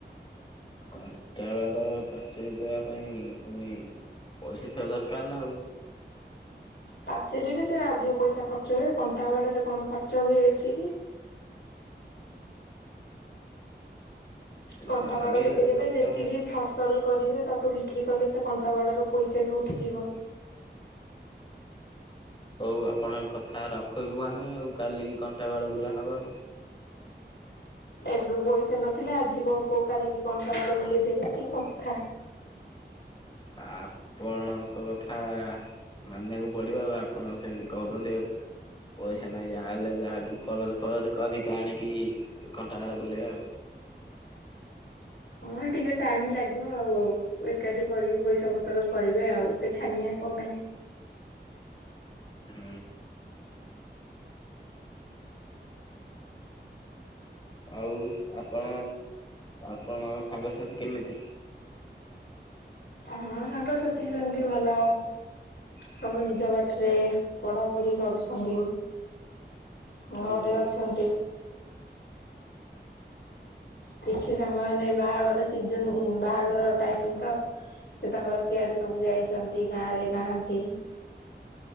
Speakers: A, on the left; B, on the left.
A: କଣ୍ଟା ବାଡ ପାଚେଇ ଦେବା ପାଇଁ ପୁଣି ପଇସା ଥିବା ଦରକାର ନା ଆଉ।
B: ପାଚେରିରେ ସେରା ଅଧିକ ପଇସା ଖର୍ଚ୍ଚ ହୁଏ, କଣ୍ଟା ବାଡରେ କଣ ଖର୍ଚ୍ଚ ହୁଏ ବେଶି କି? କଣ୍ଟା
A: ଯାହାବି
B: ବାଡ
A: ହେଲେ
B: ଦେଇଦେବେ
A: ତ ଖର୍ଚ୍ଚ
B: ଯେତିକି
A: ହବ।
B: ଫସଲ କରିବେ ତାକୁ ବିକ୍ରି କଲେ ସେ କଣ୍ଟା ବାଡର ପଇସା ବି ଉଠିଯିବ।
A: ହଉ ଆପଣଙ୍କ କଥା ରଖିବୁ ଆମେ, ଆଉ କାଲିକି କଣ୍ଟା ବାଡ ବୁଲା ହବା ଆଉ।
B: ଏବେ ପଇସା ନଥିଲା ଆଜି କ-କୋଉ କାଲିକି କଣ୍ଟା ବାଡ ବୁଲେ ଦେବେ କି କଥା।
A: ଆପଣଙ୍କ କଥା ମାନିବାକୁ ପଡିବ ଆଉ ଆପଣ ସେମତି କହୁଛନ୍ତି ଆଉ। ପଇସା ନାହିଁ ଯାହେଲେ ଯାହାଠୁ କରଜ ଫରଜ କରିକି ଆଣିକି କଣ୍ଟାଡ ବୁଲେବା ଆଉ।
B: ହଁ ଟିକେ ଟାଇମ ଲାଗିବ ଆଉ-ଆଉ ଏକାଠି କରିକି ପଇସା ପତର କରିବେ, ଆଉ ଏତେ ଛାନିଆ କଁ ପାଇଁ?
A: ଉଁ। ଆଉ ଆପଣ, ଆପଣ ସାଙ୍ଗସାଥି କେମିତି?
B: ହଁ ସାଙ୍ଗ ସେଥି ସେମ୍ତି ଭଲ। ସବୁ ନିଜ ବାଟରେ ପଢା ପଢି କରୁଛନ୍ତି। ଘଅରେ
A: ଓହୋ
B: ଅଛନ୍ତି। କିଛି ସାଙ୍ଗ ମାନେ ବାହାଘର ସିଜନ ବାହାଘର ଟାଇମ ତ ସେ ତାଙ୍କର ସିଆଡ଼େ ସବୁ ଯାଇଛନ୍ତି, ଗାଁ ରେ ନାହାନ୍ତି।